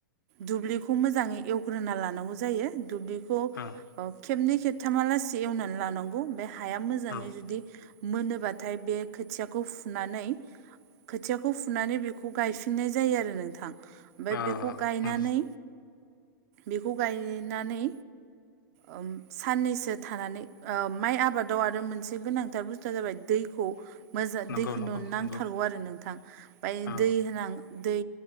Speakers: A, on the right; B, on the left.
A: दुब्लिखौ मोजाङै एवग्रोना लानांगौ जायो दुब्लि खौ
B: औ
A: खबनै खेबथाम एवनानै लांगौ बे हाया मोजाङै
B: उम
A: मोनोबाथाय बे खोथिखौ फुनानै खोथियाखौ फुनानै बेखौ गायफिननाय जायो आरो नोंथां ओमफ्राय
B: अ
A: बेखौ गायनानै
B: उम
A: बेखौ गायनानै ओ साननैसो थानानै ओ माइ आबादाव आरो मोनसे मोनसे गोनांथार बुसथुआ जाबाय दैखौ मोजां
B: नंगौ
A: दैखौ
B: नंगौ
A: नुनो नांथारगौ
B: नंगौ
A: आरो नोंथां ओमफ्राय
B: औ
A: दै होनां दै